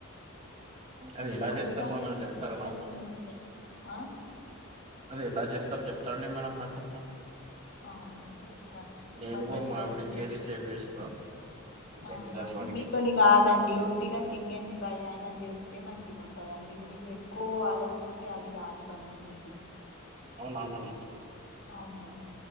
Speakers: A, on the right; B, on the left.
A: అది ఎలా
B: పొద్దుగానే
A: చేస్తారు మేడం
B: ప్రిపరేషన్
A: చెప్తారా నాకు?
B: పెట్నా
A: అది ఎలా చేస్తారో చెప్తాండి మేడం నాకు కొంచెం
B: అవునండి చెప్తాను
A: నేను
B: మటన్
A: గూడా మా
B: బయిల్
A: ఆవిడకి
B: చే
A: చేసి చేపిస్తా. మీ
B: అవునా
A: చెప్పేదాన్ని బట్టి.
B: మీతోని కాదండి ఒట్టిగా చికెన్ ఫ్రై అయినా చే స్తే మంచిగా ఉంటదండి మీరు ఎక్కువ ఆలోచిస్తే అది కాదు పని నది
A: అవునావును
B: అవునా